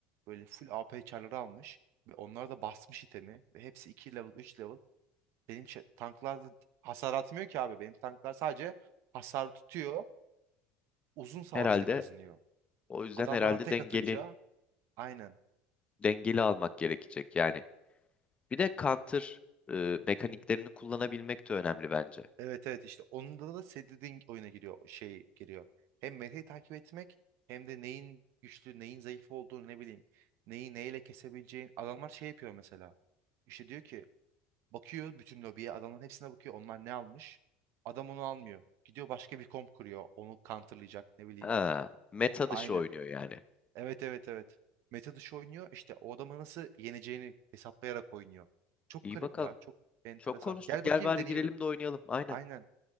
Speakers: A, on the right; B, on the left.
A: Böyle full AP çarları almış ve onlar da basmış itemi ve hepsi 2 level, 3 level. Benim şey, tanklar hasar atmıyor ki abi. Benim tanklar sadece hasar tutuyor. Uzun savaşta
B: Herhalde
A: kazanıyor.
B: o yüzden
A: Adam
B: herhalde
A: bana tek
B: dengeli
A: atınca aynen.
B: dengeli almak gerekecek yani. Bir de counter e, mekaniklerini kullanabilmek de önemli bence.
A: Evet evet işte onda da senin dediğin oyuna giriyor. Şey giriyor. Hem metayı takip etmek hem de neyin güçlü neyin zayıf olduğunu ne bileyim. Neyi neyle kesebileceğin. Adamlar şey yapıyor mesela. İşte diyor ki bakıyor bütün lobiye adamların hepsine bakıyor. Onlar ne almış? Adam onu almıyor. Gidiyor başka bir komp kuruyor. Onu counterlayacak ne bileyim.
B: Ha, meta
A: Aynen.
B: dışı oynuyor yani.
A: Evet evet evet. Meta dışı oynuyor. İşte o adama nasıl yeneceğini hesaplayarak oynuyor. Çok
B: İyi
A: garip
B: bakalım.
A: ya. Çok enteresan.
B: Çok konuştuk.
A: Gel
B: Gel
A: bakayım
B: bari
A: deneyelim.
B: girelim de oynayalım. Aynen.
A: Aynen.